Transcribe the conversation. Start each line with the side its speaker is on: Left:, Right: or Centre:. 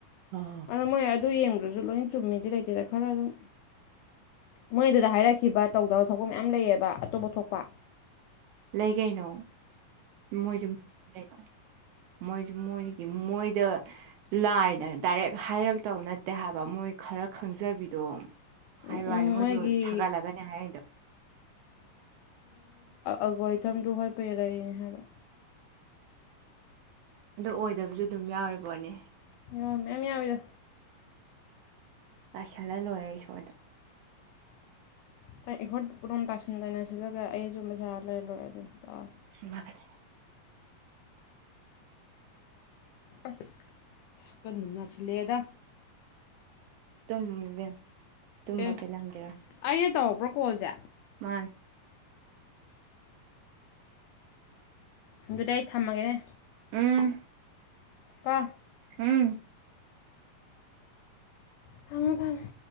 Right: ꯑ
Left: ꯑꯗꯣ ꯃꯣꯏ ꯑꯗꯨ ꯌꯦꯡꯗ꯭ꯔꯁꯨ ꯂꯣꯏ ꯆꯨꯝꯃꯤꯗꯤ ꯂꯩꯇꯦꯗ ꯈꯔ ꯑꯗꯨꯝ ꯃꯣꯏꯗꯨꯗ ꯍꯥꯏꯔꯛꯈꯤꯕ ꯇꯧꯗꯕ ꯊꯣꯛꯄ ꯃꯌꯥꯝ ꯂꯩꯌꯦꯕ ꯑꯇꯣꯞꯄ ꯊꯣꯛꯄ
Right: ꯂꯩ ꯀꯩꯅꯣ ꯃꯣꯏꯖꯨꯝ ꯂꯩ ꯃꯣꯏꯁꯨ ꯃꯣꯏꯒꯤ ꯃꯣꯏꯗ ꯂꯥꯏꯗ ꯗꯥꯏꯔꯦꯛ ꯍꯥꯏꯔꯛꯇꯕ ꯅꯠꯇꯦ ꯍꯥꯏꯕ ꯃꯣꯏ ꯈꯔ ꯈꯪꯖꯕꯤꯗꯣ ꯍꯥꯏꯕ
Left: ꯎꯝ ꯎꯝ
Right: ꯋꯥꯅꯤ ꯃꯣꯏꯁꯨ
Left: ꯃꯣꯏꯒꯤ
Right: ꯁꯥꯒꯠꯂꯒꯅꯦ ꯍꯥꯏꯗꯣ
Left: ꯑꯜꯒꯣꯔꯤꯇꯝꯗꯨ ꯍꯣꯠꯄꯩꯅꯦ ꯍꯥꯏꯕ
Right: ꯑꯗꯣ ꯑꯣꯏꯗꯕꯁꯨ ꯑꯗꯨꯝ ꯌꯥꯎꯔꯤ ꯄꯣꯠꯅꯦ
Left: ꯌꯥꯎ ꯃꯌꯥꯝ ꯌꯥꯎꯋꯤꯗ
Right: ꯇꯥꯏꯁꯜꯂ ꯂꯣꯏꯔꯦ ꯏꯁꯣꯔꯗ
Left: <unintelligible> ꯄꯨꯔꯣꯝ ꯇꯥꯁꯤꯟ ꯇꯥꯏꯅ ꯁꯤꯜꯂꯒ ꯑꯩ ꯑꯆꯨꯝꯕꯁꯔ ꯂꯩꯔ ꯂꯣꯏ
Right: ꯃꯥꯅꯦ
Left: ꯑꯁ ꯁꯛꯀꯟꯗꯨꯝ ꯅꯁꯜꯂꯛꯑꯦꯗ
Right: ꯇꯨꯝ <unintelligible> ꯇꯨꯝꯕ
Left: ꯑꯦ
Right: ꯄꯦꯜꯂꯝꯒꯤꯔꯣꯏ
Left: ꯑꯩꯅ ꯇꯧꯔꯛꯄ꯭ꯔꯣ ꯀꯣꯜꯁꯦ
Right: ꯃꯥ
Left: ꯑꯗꯨꯗꯤ ꯑꯩ ꯊꯝꯃꯒꯦꯅꯦ
Right: ꯎꯝ
Left: ꯀ
Right: ꯎꯝ
Left: ꯊꯝꯃꯦ ꯊꯝꯃꯦ